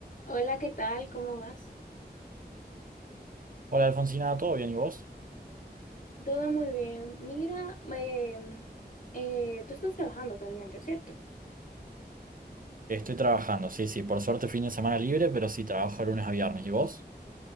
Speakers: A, on the left; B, on the right.
A: Hola, ¿qué tal? ¿Cómo vas?
B: Hola Alfonsina, ¿todo bien? ¿Y vos?
A: Todo muy bien. Mira, eh, eh, tú estás trabajando actualmente, ¿cierto?
B: Estoy trabajando, sí, sí, por suerte fin de semana libre, pero sí, trabajo de lunes a viernes. ¿Y vos?